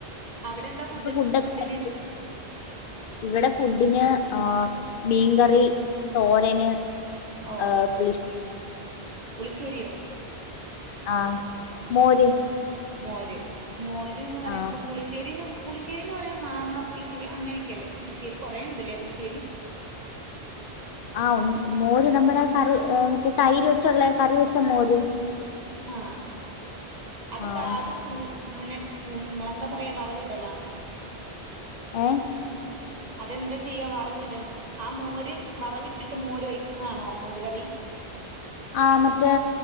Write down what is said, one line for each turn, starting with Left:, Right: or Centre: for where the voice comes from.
Right: അവിടെ എന്താ ഫുഡ്
Left: <unintelligible> ഫുഡൊക്കെ
Right: ഫുഡിന്
Left: കഴിച്ചോ? ഇവിടെ ഫുഡിന്. ആ മീൻകറി, തോരന്,
Right: ഓ
Left: ആ പുളിശേരി.
Right: പുളിശ്ശേരിയോ?
Left: ആഹ് മോര്.
Right: മോര് മോര്ന്ന് പറയുമ്പോ
Left: ആഹ്
Right: പുളിശ്ശേരിന്ന്. പുളിശേരിന്ന് പറയുന്നത് മാങ്ങ പുളിശ്ശേരി അങ്ങനെയൊക്കെ അല്ലേ പുളിശ്ശേരി കൊറേ ഇണ്ട്ല്ലേ പുളിശേരി.
Left: <inaudible> ആ മ് മോര് നമ്മുടെ കറി ഹ് മറ്റേ തൈര് വെച്ചുള്ള കറി വെച്ച മോര്.
Right: ആഹ് അത്
Left: ആഹ്
Right: അത് തൂ - ഇങ്ങനെ തൂ നിങ്ങളെന്താ പറയാ വറവിടലാണോ?
Left: ഏ.
Right: അതെന്താ ചെയ്യാ വറവിട് ആ മോര് വറവിട്ടിട്ട് മോര് ഒഴിക്കുന്നതാണോ മോര് കറി.
Left: ആ മറ്റേ.